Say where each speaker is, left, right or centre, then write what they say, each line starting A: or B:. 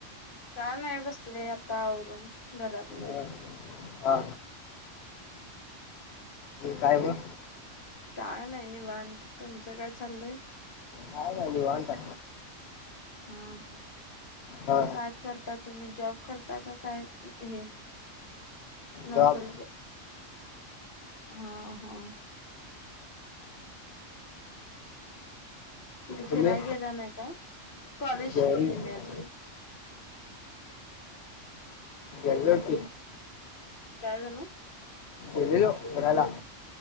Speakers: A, on the left; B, on the left.
A: का नाही बसते र आता आवरून घरातलं
B: हा हा काय ब
A: काय नाय निवांत तर तुमचं काय चाललंय
B: काय नाहीलव वाता
A: हा ह
B: हा
A: काय कर ता तुम्ही जॉब करता का काय हे नोकरी
B: जॉब
A: हा होा तुठे फिरायला
B: तुम्ही
A: गेला नाही काय कॉलेज शिकते
B: जेवली हा.
A: मी अजून
B: एलोट
A: काय झाण
B: एलो कला